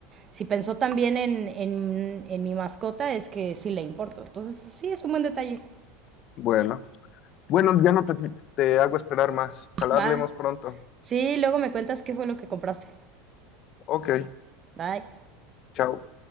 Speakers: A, on the right; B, on the left.
A: si pensó también en, en, en mi mascota es que sí le importo. Entonces sí, es un buen detalle.
B: Bueno. Bueno, ya no te, te hago esperar más. Ojalá
A: Va.
B: hablemos pronto.
A: Sí, luego me cuentas qué fue lo que compraste.
B: Ok,
A: Bye.
B: chao.